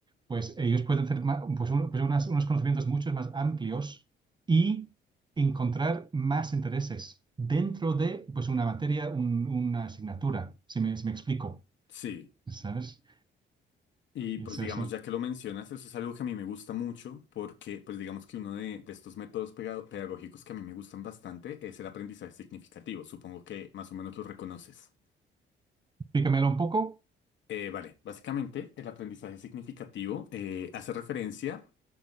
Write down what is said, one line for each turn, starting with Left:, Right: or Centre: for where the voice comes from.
Right: pues ellos pueden tener ma- pues, un- pues, unas- unos conocimientos mucho más amplios y encontrar más intereses dentro de pues, una materia, un- una asignatura, si me, si me explico,
Left: Sí.
Right: ¿sabes?
Left: Y
Right: Eso,
Left: pues digamos,
Right: eso.
Left: ya que lo mencionas, eso es algo que a mí me gusta mucho porque pues digamos que uno de, de estos métodos pega- pedagógicos que a mí me gustan bastante es el aprendizaje significativo. Supongo que más o menos lo reconoces.
Right: Explícamelo un poco.
Left: Eh, vale, básicamente el aprendizaje significativo eh, hace referencia